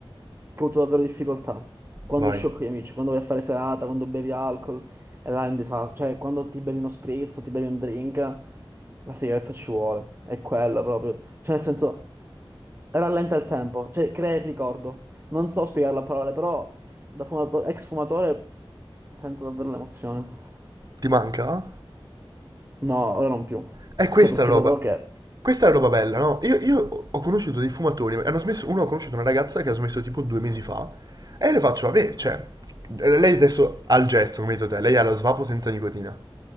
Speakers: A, on the right; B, on the right.
A: che ho avuto davvero difficoltà? Quando
B: Vai,
A: uscivo con gli amici, quando vai a fare serata, quando bevi alcol, e là è un disastro. Cioè, quando ti bevi uno spritz, o ti bevi un drink, la sigaretta ci vuole. È quella proprio. Cioè, nel senso, rallenta il tempo, cioè, crea il ricordo. Non so spiegarlo a parole, però da fumato- ex fumatore sento davvero l'emozione.
B: ti manca?
A: No, ora non più.
B: È questa
A: Cioè, perché
B: la roba.
A: sapevo che...
B: Questa è la roba bella, no? Io, io ho conosciuto dei fumatori, hanno smesso, uno ha conosciuto una ragazza che ha smesso tipo due mesi fa, e io le faccio, vabbè, cioè, lei adesso ha il gesto, come hai detto te, lei ha lo svapo senza nicotina.